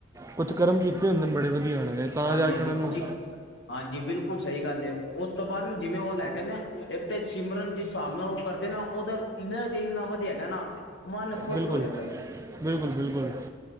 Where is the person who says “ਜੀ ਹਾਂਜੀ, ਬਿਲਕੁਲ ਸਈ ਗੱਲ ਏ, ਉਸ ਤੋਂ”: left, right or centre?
Left